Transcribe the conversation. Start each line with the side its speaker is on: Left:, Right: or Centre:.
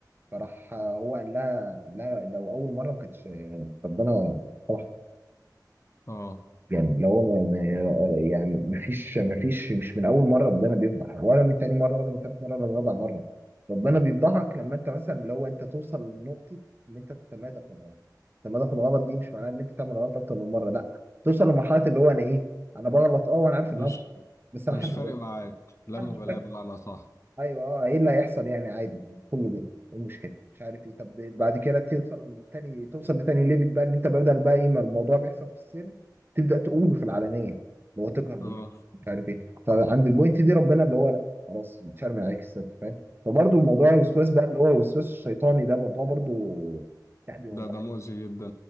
Right: فراح آه، هو قال لها قال لها لو اول مره ما كانتش يعني ربنا سمح
Left: اه
Right: يعني اللي هو ما ما- يعني مفيش مفيش مش من اول مره ربنا بيفضح ولا من تاني مره ولا من تالت مره ولا من رابع مره ربنا بيفضحك لما انت مثلا اللي هو انت توصل لنقطه ان انت تتمادى في الغلط التمادى في الغلط دي مش معناها ان انت تعمل غلط اكتر من مره لا توصل لمرحله اللي هو انا ايه انا بغلط اه وانا عارف ان
Left: مش
Right: انا بغلط، بس
Left: مش
Right: انا حابب
Left: فارق
Right: أغلط.
Left: معاك لا
Right: انا
Left: مبالاة
Right: مش
Left: بمعنى صح
Right: ايوه اه ايه اللي هيحصل يعني عادي كله بيبقى إيه المشكله مش عارف ايه طب بعد كده توصل لتاني توصل لتاني ليفل بقى ان انت بدل بقى ايه ما الموضوع بيحصل في السر تبدا تقوله في العلانيه اللي هو تجهر بال
Left: اه
Right: مش عارف ايه فعند البوينت دي ربنا اللي هو لا خلاص اتشرم عليك الستر فاهم فبرضه الموضوع الوسواس بقى اللي هو الوسواس الشيطاني ده موضوع برضه يعني موضوع
Left: ده ده مؤذي جدا